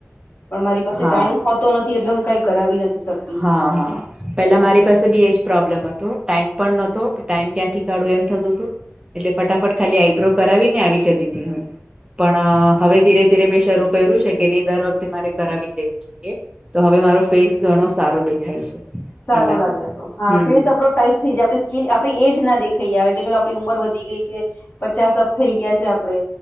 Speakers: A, on the left; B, on the right.
A: પણ મારી પાસે
B: હા
A: ટાઈમ તો નથી એટલે હું કઈ કરાવી નથી શકતી.
B: હા હા પેલા મારી પાસે બી એજ પ્રોબ્લેમ હતો ટાઈમ પણ નતો ટાઈમ ક્યાંથી કાઢું એમ થતું હતું. એટલે ફટાફટ ખાલી આઈબ્રો કરાવીને આવી જતી <unintelligible> હતી હું પણ હવે ધીરે ધીરે મેં શરૂ કર્યું છે, કે નહી દર વખતે મારે કરાવી જ લેવું જોઈએ તો હવે મારો ફેસ ઘણો સારો દેખાય છે.
A: સારું
B: પેલા
A: લાગે
B: કરતા
A: આપ હા
B: હમ
A: ફીસ આપડો ટાઈટ <unintelligible> આપ સ્કીન આપણી એજ ના દેખાઈ આવે કે ચાલ આપણી ઉંમર વધી ગઈ છે, પચાસપ થઈ ગયા છે, આપડે